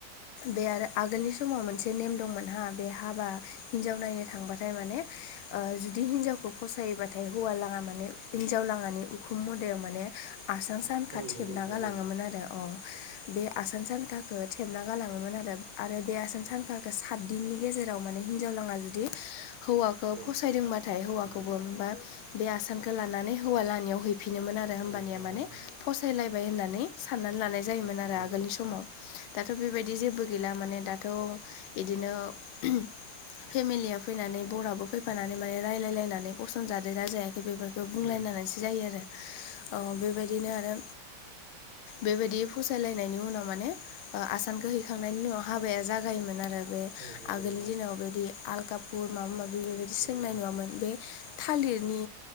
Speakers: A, on the left; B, on the right.
A: बे आरो आगोलनि समाव मोन से नेम दंमोनहा बे हाबा हिनजाव नायनो थांबाथाय माने ओ जुदि हिन्जावखौ फसायोबा थाय हौवालाङा माने हिनजाव लाङानि उखुम मुदायाव माने आसान सांखा
B: औ
A: थेबना
B: नंगौ नोंथां
A: गालाङोमोन
B: औ उम
A: आरो अ बे आसान सानखाखो थेबना गालाङोमोन आरो बे आसान सान थाखो सात दिननि गेजेराव माने हिनजावलाङा जुदि हौवाखो
B: औ
A: फसायदोंबाथाय हौवा
B: उम
A: खौबो
B: उम
A: होमबा बे आसानखो लानानै हौवा लानियाव हैफिनोमोन आरो होमबानिया
B: औ नंगौ
A: माने
B: नोंथां
A: फसायलायबाय होननानै साननानै लानाय जायोमोन आरो
B: उम
A: आगोलनि समाव दाथ' बेबायदि जेबो गैला माने दाथ' इदिनो <unintelligible> फेमिलिया फैनानै बराबो फैफानानै
B: उम
A: माने रायलायलायनानै पसन जादोना जायाखै बेफोरखो बुंलायनानैसो
B: उम
A: जायो आरो अ बेबायदिनो आरो बेबायदि फसायलायनायनि उनाव माने ओ आसानखो हैखांनायनि उनाव हाबाया जागायोमोन आ बे
B: औ नंगौ
A: आगोलनि
B: नोंथां
A: दिनाव बेदि आल कापुर माबा माबि बेबायदि सोंनाय
B: उम उम
A: नुवामोन बे थालिरनि